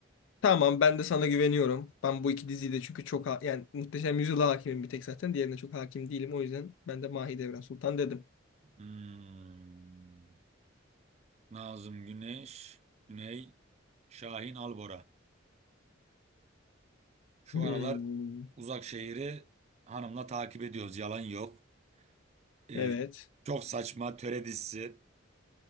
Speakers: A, on the left (about 70°); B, on the right (about 35°).
A: Tamam ben de sana güveniyorum. Ben bu iki diziyi de çünkü çok ha- yani Muhteşem Yüzyıl'a hakimim bir tek zaten. Diğerine çok hakim değilim. O yüzden ben de Mahidevran Sultan dedim.
B: Hmm, Nazım Güneş, Güney, Şahin Albora. Şu
A: Hmm,
B: aralar Uzak Şehir'i hanımla takip ediyoruz. Yalan yok. E,
A: Evet.
B: çok saçma töre dizisi.